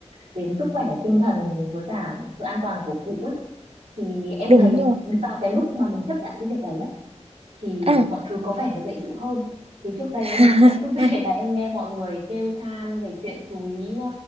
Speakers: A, on the right; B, on the right.
A: đến sức khỏe tinh thần với cả sự an toàn của cụ ấy thì em
B: đúng
A: thấy
B: rồi
A: vào cái lúc mà mình chấp nhận cái việc đấy á thì
B: ờ
A: mọi thứ có vẻ nó dễ chịu hơn chứ trước đây
B: <laughs>
A: em em cứ về <laughs> là em nghe mọi người kêu than về chuyện chú ý ờ,